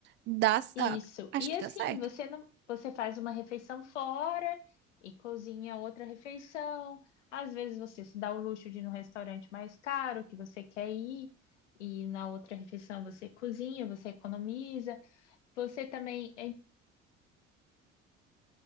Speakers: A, on the right (about 30°); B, on the left (about 70°).
A: dá,
B: Isso.
A: ah, acho
B: E
A: que
B: assim,
A: dá certo.
B: você não, você faz uma refeição fora e cozinha outra refeição. Às vezes você se dá o luxo de ir num restaurante mais caro que você quer ir e na outra refeição você cozinha, você economiza. Você também é